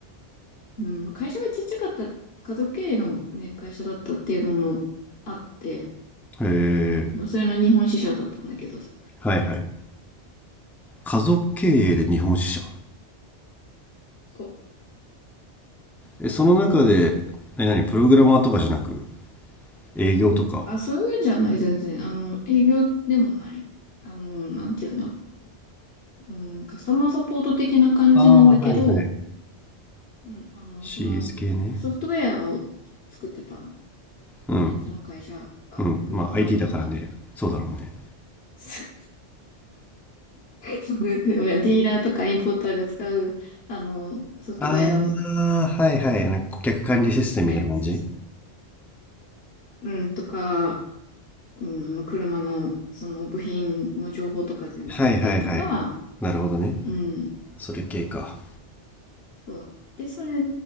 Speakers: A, on the left; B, in the centre.
A: うん、会社がちっちゃかった、家族経営のね、会社だったっていうのもあって、
B: へえ、
A: まあ、それの日本支社だったんだけどさ。
B: はいはい。家族経営で日本支社。
A: そう。
B: え、その中で、え、何、プログラマーとかじゃなく営業とか、
A: あ、そういうんじゃない、全然。あの、営業でもない。あの、なんて言うんだろう。うん、カスタマーサポート的な感じなんだけど、
B: ああ、はいはい。
A: うん、あの、
B: CS
A: その、
B: 系ね。
A: ソフトウェアを作ってたの
B: うん、
A: ね、その会社が、
B: うん。
A: 車関係の。
B: まあ IT だからね、そうだろうね。
A: <laughs> そうそうディーラーとかインポーターが使う、あの、ソフトウェアを
B: ああ、はいはい。なんか顧客管理システムみたいな感じ
A: 開発し、うん、とか、うん、あの、車の、その部品の情報とか全部入ってたりとか、
B: はいはいはい。なるほどね。
A: うん、
B: それ系か。
A: そう。で、それ